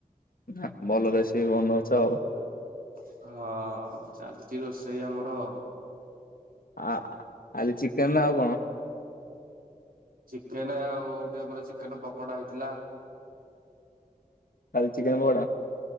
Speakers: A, on the left (about 85°); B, on the right (about 80°).
A: ନା ଭଲରେ ରେସିପି ବନଉଛ ଆଉ
B: ମୁଁ ଏ ହଁ ଚା ଚି ରୋଷେଇ ଆମର ଆଉ।
A: ଆ ଆଜି ଚିକେନ ନା ଆଉ କଣ?
B: ଚିକେନ ଆଉ ଟିକେ ପରେ ଚିକେନ ପକୋଡା ହେଇଥିଲା।
A: ଖାଲି ଚିକେନ ପକୋଡା?